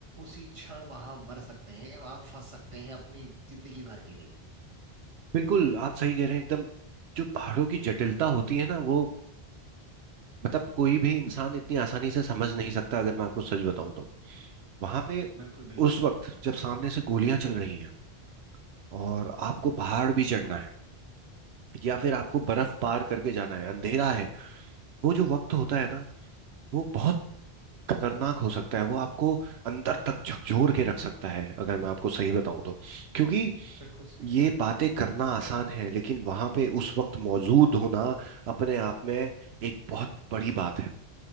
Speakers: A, on the right; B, on the right.
A: उसी क्षण वहां मर सकते हैं आप फंस सकते हैं अपनी जिंदगी भर के लिए
B: बिल्कुल आप सही कह रहे हैं एकदम जो पहाड़ों की जटिलता होती है ना वो मतलब कोई भी इंसान इतनी आसानी से समझ नहीं सकता अगर मैं आपको सच बताऊं तो वहां पे
A: बिल्कुल बिल्कुल
B: उस वक्त जब सामने से गोलियां चल रही हैं और आपको पहाड़ भी चढ़ना है या फिर आपको बर्फ पार करके जाना है अंधेरा है वो जो वक्त होता है ना वो बहुत खतरनाक हो सकता है वो आपको अंदर तक झकझोर के रख सकता है अगर मैं आपको सही बताऊं तो क्योंकि
A: बिल्कुल सही कह रहे
B: ये
A: हैं आप।
B: बातें करना आसान है लेकिन वहां पे उस वक्त मौजूद होना अपने आप में एक बहुत बड़ी बात है